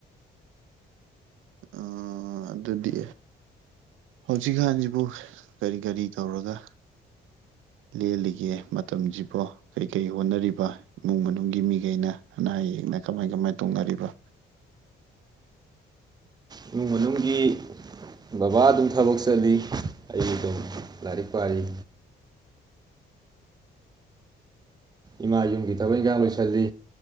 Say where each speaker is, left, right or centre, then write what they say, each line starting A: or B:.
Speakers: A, on the right; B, on the right.
A: ꯑꯥ ꯑꯗꯨꯗꯤ ꯍꯧꯖꯤꯛꯀꯥꯟꯁꯤꯕꯨ ꯀꯔꯤ ꯀꯔꯤ ꯇꯧꯔꯒ ꯂꯦꯜꯂꯤꯒꯦ ꯃꯇꯝꯁꯤꯕꯨ ꯀꯩꯀꯩ ꯍꯣꯠꯅꯔꯤꯕ ꯏꯃꯨꯡ ꯃꯅꯨꯡꯒꯤ ꯃꯤꯈꯩꯅ ꯑꯅꯥ ꯑꯌꯦꯛꯅ ꯀꯃꯥꯏ ꯀꯃꯥꯏ ꯇꯧꯅꯔꯤꯕ
B: ꯏꯃꯨꯡ ꯃꯅꯨꯡꯒꯤ ꯕꯕꯥ ꯑꯗꯨꯝ ꯊꯕꯛ ꯆꯠꯂꯤ ꯑꯌꯨꯗ ꯂꯥꯏꯔꯤꯛ ꯄꯥꯔꯤ ꯏꯃꯥ ꯌꯨꯝꯒꯤ ꯊꯕꯛ ꯏꯪꯈꯥꯡ ꯂꯣꯏꯁꯤꯜꯂꯤ